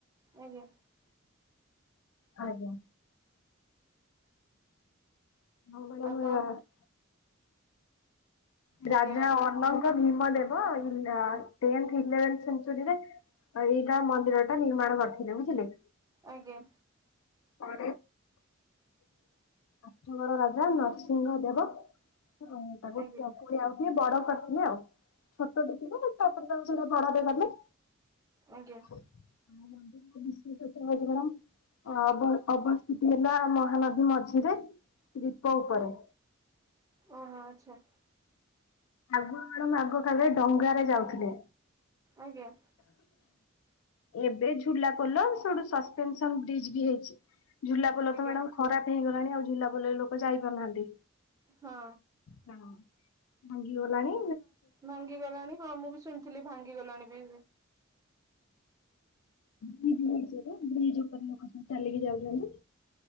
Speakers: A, on the right; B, on the left.
A: ଆଜ୍ଞା।
B: ଆଜ୍ଞା। ହଁ
A: ଆପଣ
B: <unintelligible> ରାଜା
A: ଆଜ୍ଞା ଆପଣ
B: ଅନଙ୍କଭୀମଦେବ ଇ ଟେନ୍ଥ ଇଲେଭେନ୍ ସେନ୍ଚୁରିରେ ଏଇଟା ମନ୍ଦିର ଟା ନିର୍ମାଣ କରିଥିଲେ। ବୁଝିଲେ।
A: ଆଜ୍ଞା।
B: ଆ <unintelligible> ଆଠଗଡ ରାଜା ନରସିଂହ ଦେବ ତାକୁ
A: ଆଜ୍ଞା
B: <unintelligible> ପୁଣି ଆଉ ଟିକେ ବଡ କରିଥିଲେ ଆଉ ଛୋଟ ଥିଲା, ପୁଣି ତାଙ୍କୁ ସେଟା ବଡରେ କଲେ।
A: ଆଜ୍ଞା।
B: <unintelligible> ଅବ ଅବସ୍ଥିତି ହେଲା ମହାନଦୀ ମଝିରେ, ଦୀପ ଉପରେ।
A: ହଁ ଆଛା।
B: ଆଗ କାଳେ ଆଗକାଲିରେ ଡଙ୍ଗା ରେ ଯାଉଥିଲେ।
A: ଆଜ୍ଞା।
B: ଏବେ ଝୁଲା ପୋଲ ସଠୁ ସସପେନସନ ବ୍ରିଜ ବି ହେଇଛି। ଝୁଲାପୋଲ
A: ଆଜ୍ଞା
B: ତ ମ୍ୟାଡାମ ଖରାପ ହେଇଗଲାଣି, ଆଉ ଝୁଲାପୋଲରେ ଲୋକ ଯାଇପାରୁନାହାନ୍ତି।
A: ହଁ।
B: ହଁ। ଭାଙ୍ଗି ଗଲାଣି।
A: ଭାଙ୍ଗି ଗଲାଣି ହଁ ମୁଁ ବି ଶୁଣିଥିଲି ଭାଙ୍ଗି ଗଲାଣି ବି।
B: ବ୍ରିଜ ହେଇଚି ଗୋଟେ ବ୍ରିଜ ଉପରେ ଲୋକ ସବୁ ଚାଲିକି ଯାଉଛନ୍ତି।